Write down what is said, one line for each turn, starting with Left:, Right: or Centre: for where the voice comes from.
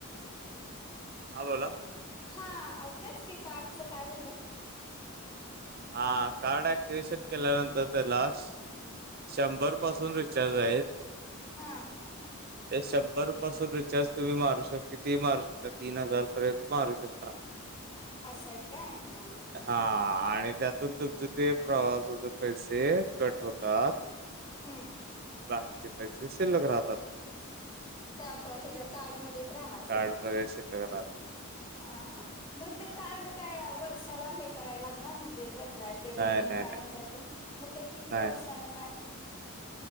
Right: हां बोला,,
Left: हा,, आव तेच की,, कार्डच काय झालं?
Right: हा, कार्ड ऍक्टिव्हशन केल्यानंतर त्याला, शंभर पासून रिचार्ज आहेत.
Left: हां
Right: ते शंभर पासून रिचार्ज तुम्ही मारू शकता. कितीही मारू शकता,, तीन हजार पर्यंत मारू शकता.
Left: असं आहे काय हा हा.
Right: हाऽ आणिऽ त्यातून तुमच ते प्रवासाचे पैसे कट होतात.
Left: हम्म,,
Right: बाकीचे पैसे शिल्लक राहतात.
Left: त्या आप हच्या कार्ड मध्येच राहणार शिल्लक.
Right: कार्डमध्ये शिल्लक राहत
Left: ह, हां, मग ते कार्ड काय? वर्षाला हे कराय लागणार म्हणजे बदलातऽ ते रिन्यू
Right: नाही, नाही,
Left: काय
Right: नाही,
Left: म्हणतात ते,, मग ते किती
Right: नाही.
Left: वर्षान काय?